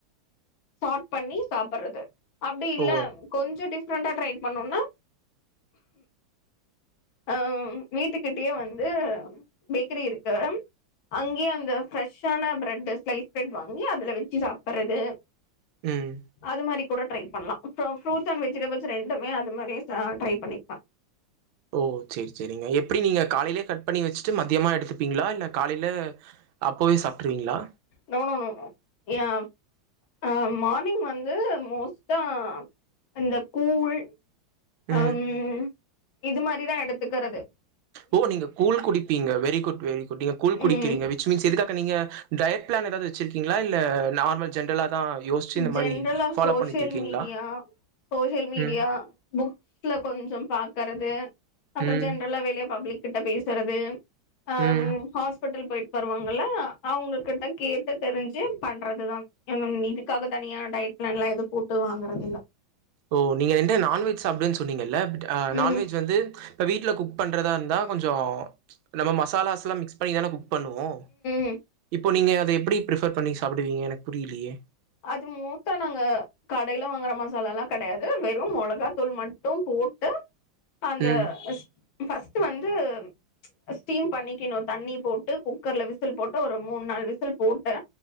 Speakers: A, on the left; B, on the right.
A: சார்ட் பண்ணி சாப்பிடறது அப்டி இல்ல
B: ஓ
A: கொஞ்சோ டிஃப்ரெண்டா ட்ரை பண்ணுனா அ வீட்டுகிட்டயே வந்து பேக்கரி இருக்கு அங்கேயே அந்த ஃரெஷ்ஷான பிரெட் ஸ்லைஸ் பிரெட் வாங்கி அதுல வெச்சு சாப்பிடறது
B: ம்
A: அது மாரி கூட ட்ரை பண்லா ஃப்ரூட்ஸ் அண்ட் வெஜிடபிள்ஸ் ரெண்டுமே அது மாரியே ட்ரை பண்ணிக்கலா
B: ஓ செரி செரிங்க எப்டி நீங்க காலைலயே கட் பண்ணி வெச்சு ட்டு மத்தியமா எடுத்துப்பீங்ளா இல்ல காலைல அப்பவே சாப்ட்ருவீங்ளா
A: நோனோனோ இயா ஆ மார்னிங் வந்து மோஸ்டா அந்த கூழ்
B: ம்
A: அம் இது மாதிரிதா எடுத்துக்கிறது
B: ஓ நீங்க கூல் குடிப்பீங்க வெரி குட் வெரி குட் நீங்க கூல் குடிக்கறீங்க
A: ம்
B: விச் மீன்ஸ் எதுக்காக நீங்க டயட் பிளான் எதாவது வெச்சிருக்கீங்ளா இல்ல நார்மல் ஜென்ரலா தா யோசிச்சு இந்த
A: ஜென்ரலா
B: மாரி ஃபாலோ
A: சோசியல்
B: பண்ணிட்டு இருக்கீங்களா
A: மீடியா சோசியல் மீடியா
B: ம்
A: புக்ஸ்ல கொஞ்சம் பா க்கறது அப்றோ
B: ம்
A: ஜென்ரலா வெளிய பப்ளிக் கிட்ட பேசுறது அம்
B: ம்
A: ஹா ப்பிட்டல் போயிட் வருவாங்கல்ல அவுங்க கிட்ட கேட்டு தெரிஞ்சு பண்றதுதா இங்அங் மீதி அதுக்காக தனியா டையட் பிளான் எல்லா எதூ போட்டு வாங்கறது இல்ல
B: ஓ நீங்க என்ட்ட நான்வெஜ் சாப்டுவேன் சொன்னீங்கல்ல பட் நான்வெஜ்
A: ம்
B: வந்து இப்போ வீட்ல் குக் பண்றதா இருந்தா கொஞ்சோ நம்ம மசாலாஸ் எல்லா மிக்ஸ் பண்ணிதான குக் பண்ணுவோ
A: ம்
B: இப்போ நீங்க அத எப்டி பிரிஃபர் பண்ணி சாப்பிடுவீங்க எனக்கு புரியலயே
A: அது மூத்தா நாங்க கடைல வாங்கற மசாலா எல்லா கெடையாது வெறு மொளகாத்தூள் மட்டு போட்டு அந்த
B: ம்
A: ஃபர்ஸ்ட் வந்து ஸ்டீம் பண்ணிக்கணு தண்ணி போட்டு குக்கர்ல விசில் போட்டு ஒரு மூண் நாள் விசில் போட்டு